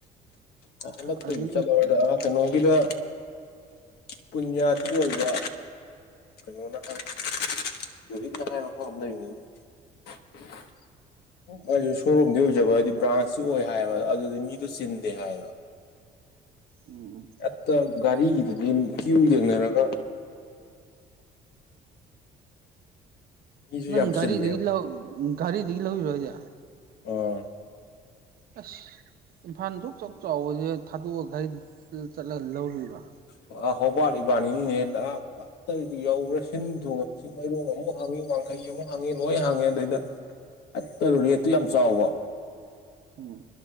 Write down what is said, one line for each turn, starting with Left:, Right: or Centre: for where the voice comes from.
Left: ꯍꯟꯇꯛꯇꯥꯒꯤ
Right: ꯑꯗꯨꯗꯒꯤ
Left: ꯆꯜꯂꯔꯣꯏꯗ ꯟꯥ ꯀꯩꯅꯣꯒꯤꯗꯥ ꯄꯨꯟꯌꯥ <unintelligible> ꯑꯣꯏꯕ ꯀꯩꯅꯣꯅ <unintelligible> ꯔꯣꯍꯤꯠꯅ ꯉꯥꯏꯕ ꯃꯥꯐꯝ ꯑꯃꯥ ꯂꯩꯕꯅꯤꯅꯦ <inaudible> ꯑꯩꯁꯨ ꯁꯣꯔꯨꯝꯗꯤ ꯑꯣꯏꯖꯕ ꯍꯥꯏꯗꯤ ꯕ꯭ꯔꯥꯟꯁꯁꯨ ꯑꯣꯏ ꯍꯥꯏꯕ ꯑꯗꯨꯗꯤ ꯃꯤꯗꯣ ꯆꯤꯟꯗꯦ ꯍꯥꯏꯕ
Right: ꯎꯝ
Left: ꯍꯦꯛꯇ ꯒꯥꯔꯤꯒꯤꯗꯨꯗꯤ ꯀ꯭ꯌꯨ ꯂꯦꯡꯅꯔꯒ ꯃꯤꯁꯨ
Right: ꯅꯪ
Left: ꯌꯥꯝ
Right: ꯒꯥꯔꯤ
Left: ꯆꯤꯜꯂꯦꯕ
Right: ꯗꯒꯤ ꯂꯧ ꯒꯥꯔꯤꯗꯒꯤ ꯂꯧꯔꯤꯔꯣ ꯍꯥꯏꯖ
Left: ꯑꯥ
Right: ꯑꯁ ꯏꯝꯐꯥꯜ <unintelligible> ꯆꯥꯎꯕꯁꯦ ꯊꯥꯗꯣꯛꯑꯒ ꯒꯥꯔꯤꯗꯤ <unintelligible> ꯂꯧꯔꯨꯔꯤꯕ
Left: <unintelligible> ꯟꯥꯇꯩꯗꯤ ꯌꯧꯔꯦ ꯁꯤꯟ ꯊꯨꯝꯉꯦ ꯆꯤꯡꯃꯩꯔꯣꯡ ꯑꯃꯨꯛ ꯍꯥꯡꯉꯤ ꯋꯥꯡꯈꯩ ꯑꯃꯨꯛ ꯍꯥꯡꯉꯤ ꯂꯣꯏ ꯍꯥꯡꯉꯤ ꯑꯗꯩꯗ ꯑꯠꯇ ꯔꯦꯠꯇ ꯌꯥꯝ ꯆꯥꯎꯕ
Right: ꯎꯝ